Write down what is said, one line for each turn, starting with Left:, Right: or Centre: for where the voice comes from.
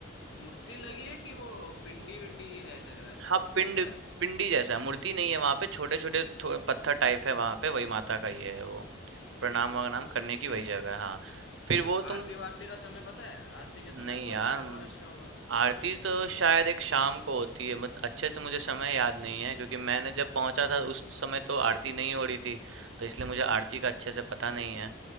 Left: मूर्ति लगी है कि वो पिंडी विंडी ही है सिर्फ ऐसा
Right: हाँ पिंड
Left: कैसा है
Right: पिंडी जैसा है मूर्ति नहीं है वहां पे छोटे छोटे थोड़े पत्थर टाइप है वहां पे वही माता का ही है वो प्रणाम वनाम करने
Left: अच्छा
Right: की
Left: अच्छा
Right: वही जगह है हाँ फिर
Left: कुछ
Right: वो
Left: आरती
Right: तुम
Left: वारती का समय पता है आरती के समय
Right: नहीं
Left: पहुँच
Right: यार
Left: जाए तो
Right: मुझ-
Left: और अच्छा होगा
Right: आरती तो शायद एक शाम को होती है मत अच्छे से मुझे समय याद नहीं है क्योंकि मैंने जब पहुंचा था उस समय तो आरती नहीं हो रही थी तो इसलिए मुझे आरती का अच्छे से पता नहीं है